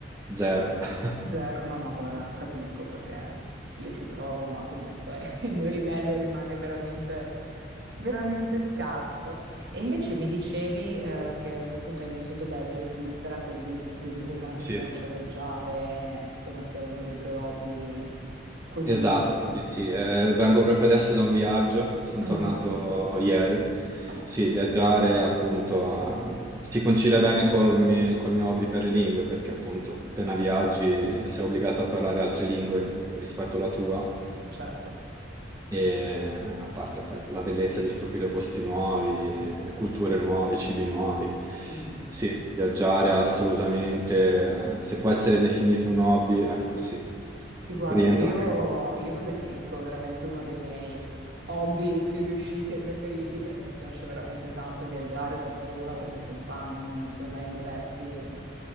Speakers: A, on the right; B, on the right.
A: zero. <laughs>
B: Zero, no, no, guarda, capisco perché io ci provo, ma comunque <laughs> il mio livello rimane veramente, veramente scarso. E invece mi dicevi, eh, che appunto hai vissuto Belgio e Svizzera, quindi deduco che anche
A: Sì.
B: ti piaccia viaggiare, insomma, sia uno dei tuoi hobby così.
A: Esatto, sì, sì, eh, vengo proprio adesso da un viaggio, sono
B: Mm.
A: tornato ieri.
B: Ah,
A: Sì, viaggiare appunto a- si concilia bene col mio, col mio hobby per le lingue, perché appunto appena viaggi eh, sei obbligato a parlare altre lingue rispetto alla tua,
B: certo.
A: e a parte per la bellezza di scoprire posti nuovi, eh, culture nuove, cibi nuovi.
B: Mhm.
A: Sì, viaggiare è assolutamente, eh, se può essere definito un hobby, ecco sì,
B: Sì, guarda,
A: rientra
B: io,
A: anche.
B: io lo definisco veramente uno dei miei hobby più riusciti e preferiti perché mi piace veramente tanto viaggiare da sola con il mio compagno, insomma, in diversi,